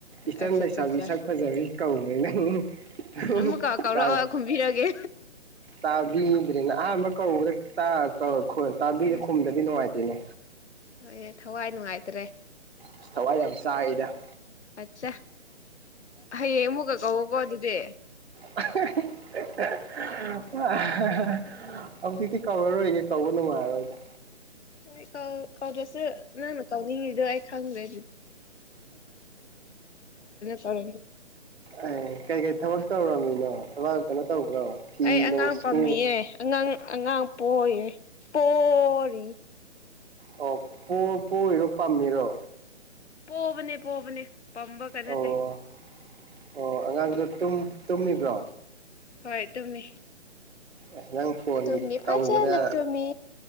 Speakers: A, on the right; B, on the left.
A: ꯏꯆꯟ
B: ꯑꯠꯆꯥ
A: ꯂꯩꯁꯥꯕꯤ
B: ꯑꯠꯆꯥ ꯑꯠꯆꯥ
A: ꯁꯛ ꯐꯖꯕꯤ ꯀꯧ ꯅꯩ꫰ꯅꯪ ꯑꯣ
B: ꯑꯃꯨꯛꯀ ꯀꯧꯔꯛꯑꯣ
A: ꯇꯕꯔꯥ
B: ꯈꯨꯝꯕꯤꯔꯒꯦ
A: ꯇꯥꯕꯤ ꯅ ꯑꯍꯥꯟꯕ ꯀꯧ
B: ꯑꯁ
A: ꯈꯨꯝꯗꯗꯤ ꯅꯨꯡꯉꯥꯏꯇꯦꯅꯦ
B: ꯍꯣꯏ ꯊꯋꯥꯏ ꯅꯨꯡꯉꯥꯏꯇ꯭ꯔꯦ
A: ꯑꯁ ꯊꯋꯥꯏ ꯌꯥꯝ ꯆꯥꯛꯏꯗ
B: ꯑꯆꯥ ꯍꯌꯦꯡ ꯑꯃꯨꯛꯀ ꯀꯧꯑꯣꯀꯣ ꯑꯗꯨꯗꯤ
A: <inaudible> <unintelligible> <inaudible> <unintelligible> ꯍꯧ ꯖꯤꯛꯇꯤ ꯀꯧꯔꯔꯣꯏꯒꯦ ꯀꯧꯕ ꯅꯨꯡꯉꯥꯏꯔꯣꯏꯗ
B: ꯍꯣꯏ ꯀꯥꯎ ꯀꯧꯗꯁ ꯅꯪꯅ ꯀꯧꯅꯤ ꯗꯣ ꯑꯩ ꯈꯪꯒꯔ꯭ꯦ ꯀꯧꯔꯅꯨ
A: ꯑ ꯀꯩ ꯀꯩ ꯊꯕꯥꯛ ꯇꯧꯔꯃꯤꯅꯣ ꯊꯕꯥꯛ ꯀꯩꯅꯣ ꯇꯧ ꯅꯣ ꯐꯤ
B: ꯑꯩ ꯑꯉꯥꯡ
A: ꯅꯨꯡ ꯁꯨ
B: ꯄꯥꯝꯃꯤꯌꯦ ꯑꯉꯥꯡ ꯑꯉꯥꯡ ꯄꯣꯌꯦ ꯄꯣꯔꯤ
A: ꯑꯣ ꯄꯣ ꯄꯣꯏꯔꯣ ꯄꯝꯃꯤꯔꯣ
B: ꯄꯣꯕꯅꯦ ꯄꯣꯕꯅꯦ ꯄꯝꯕꯒ ꯅꯠꯇꯦ
A: ꯑꯣ ꯑꯣ ꯑꯉꯥꯡꯂ ꯑꯗꯨꯨꯝ ꯇꯨꯝꯃꯤꯕ꯭ꯔꯣ
B: ꯍꯣꯏ ꯇꯨꯝꯃꯤ
A: ꯑ ꯅꯪ ꯐꯣꯟ
B: ꯇꯨꯝꯃꯤ ꯐꯖꯅ
A: ꯇꯧꯕꯗ
B: ꯇꯨꯝꯃꯤ